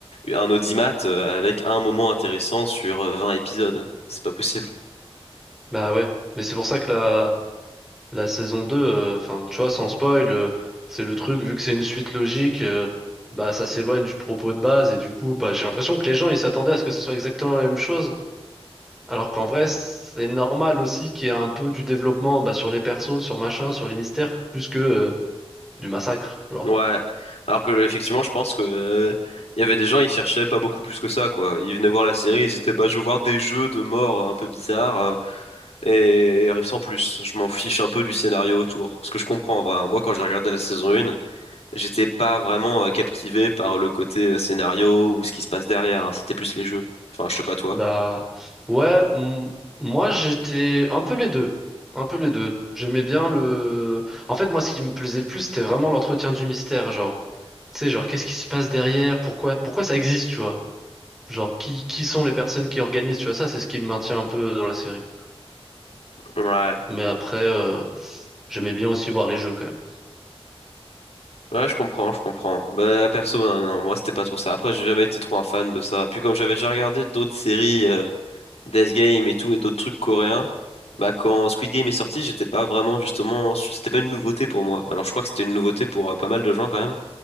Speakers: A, on the left; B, in the centre.
A: un audimat euh, avec un moment intéressant sur euh, 20 épisodes. C'est pas possible.
B: Bah ouais. Mais c'est pour ça que la La saison 2, euh, enfin, tu vois, sans spoil, euh, c'est le truc, vu que c'est une suite logique, euh, bah, ça s'éloigne du propos de base, et du coup, bah, j'ai l'impression que les gens, ils s'attendaient à ce que ce soit exactement la même chose, alors qu'en vrai, c'est normal aussi qu'il y ait un peu du développement, bah, sur les persos, sur machin, sur les mystères, plus que, euh, du massacre, genre.
A: Ouais. Alors que effectivement, je pense que euh, il y avait des gens, ils cherchaient pas beaucoup plus que ça, quoi. Ils venaient voir la série, ils étaient bah je veux voir des jeux de mort euh, un peu bizarres. euh, Et sans plus, je m'en fiche un peu du scénario autour. Ce que je comprends en vrai, hein. Moi quand j'ai regardé la saison 1, j'étais pas vraiment euh, captivé par le côté euh, scénario ou ce qui se passe derrière, hein. C'était plus les jeux. Enfin, je sais pas toi.
B: Bah ouais, m- moi j'étais un peu les deux, un peu les deux. J'aimais bien le. En fait, moi, ce qui me plaisait le plus, c'était vraiment l'entretien du mystère, genre. Tu sais, genre qu'est-ce qui se passe derrière, pourquoi, pourquoi ça existe, tu vois. Genre qui, qui sont les personnes qui organisent, tu vois. Ça, c'est ce qui me maintient un peu dans la série.
A: Ouais.
B: Mais après, euh, j'aimais bien aussi voir les jeux quand même.
A: Ouais, je comprends, je comprends. Bah perso, non, non, moi c'était pas trop ça. Après, j'ai jamais été trop un fan de ça. Puis comme j'avais déjà regardé d'autres séries, euh, Death Game et tout, et d'autres trucs coréens, bah quand Squid Game est sorti, j'étais pas vraiment justement, c'était pas une nouveauté pour moi. Alors je crois que c'était une nouveauté pour euh, pas mal de gens quand même.